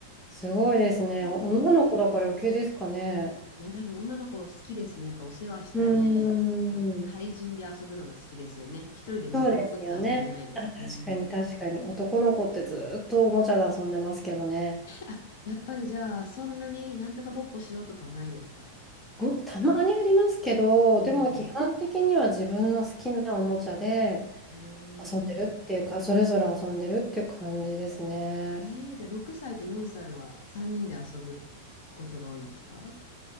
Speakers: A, in the centre; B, on the left (about 60°).
A: すごいですね。
B: なんか平和。
A: 女の子だから余計ですかね。
B: ね、多分女の子好きですね。やっぱお世話したり、
A: うーん。
B: 対人で遊ぶのが好きですよね。一人で黙々って遊べないです。
A: そうですよね。あ、確かに確かに。
B: うん。
A: 男の子ってずっとおもちゃで遊んでますけどね。
B: あ、やっぱりじゃあ、そんなになんとかごっこしようとかはないですか
A: ごくたまにありますけど、
B: うん。
A: でも基本的には自分の好きなおもちゃで
B: おー。
A: 遊んでるっていうか、それぞれ遊んでるっていう感じですね。
B: えー、じゃあ6歳と4歳は3人で遊ぶことが多いんですか